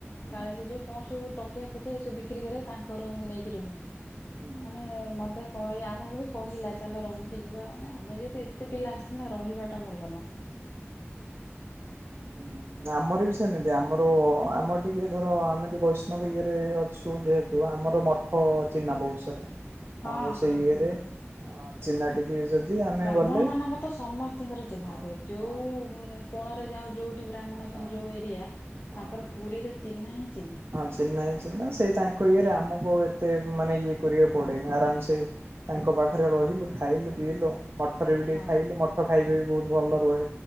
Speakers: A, on the right; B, on the left.
A: ହୁଁ
B: କାଳେ ସେ ଯଉ କଣ ସବୁ ଟକିଆ ଫକିଆ ଏ ସବୁ ବିକ୍ରି କରିବା ତାଙ୍କର ନେଇକି ରୁହନ୍ତି।
A: ହୁ।
B: ମାନେ ମତେ କହେ ଆମକୁ ବି କହିଲା ଚାଲ ରହିକି ଯିବା ମାନେ ଆମେ ଯେହେତୁ ଏତେ ପିଲା ଆସି ନା ରହିବାଟା ଭଲ ନୁହଁ।
A: ହୁ। ଆମର ବି ସେମିତି ଆମର ଆମର ଟିକେ ଧର ଆମେ ଟିକେ ବୈଷ୍ଣବ ଇଏରେ ଅଛୁ। ଯେହେତୁ ଆମର ମଠ ଚିହ୍ନା ବହୁତ୍ ସାରା।
B: ହଁ
A: ଆଉ ସେଇ
B: ହଁ।
A: ଇଏରେ ଚିହ୍ନା ଟିକେ ଯଦି ଆମେ
B: ବ୍ରାହ୍ମଣ
A: ଗଲେ
B: ମାନଙ୍କ ତ ସମସ୍ତିଙ୍କର ଚିହ୍ନା
A: ହଁ
B: ଥିବ ଯୋଉ
A: ହଁ
B: କୋଣରେ ଯାଉ ଯୋଉଠି ବ୍ରାହ୍ମଣ
A: ହଁ
B: ଅଛନ୍ତି ଯୋଉ ଏରିଆ ତାଙ୍କର
A: ହଁ।
B: ପୁରୀରେ ଚିହ୍ନା ହିଁ ଚିହ୍ନା।
A: ହଁ ଚିହ୍ନା ଚିହ୍ନା ସେଇ ତାଙ୍କ ଇଏରେ ଆମକୁ ଏତେ ମାନେ ଇଏ କରିବାକୁ ପଡେନି ଆରାମ ସେ ତାଙ୍କ ପାଖରେ ରହିଲୁ ଖାଇଲୁ ପିଇଲୁ। ମଠରେ ବି ଟିକେ
B: ହଁ
A: ଖାଇଲୁ, ମଠ ଖାଇବେ ବି ବହୁତ ଭଲ ରୁହେ